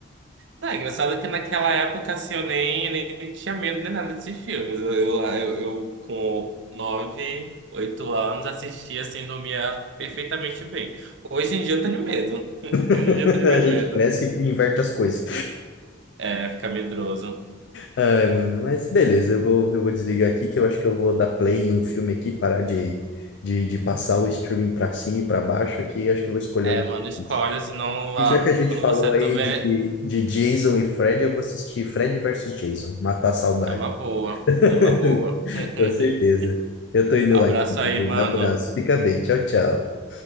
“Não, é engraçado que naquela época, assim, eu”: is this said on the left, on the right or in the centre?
Right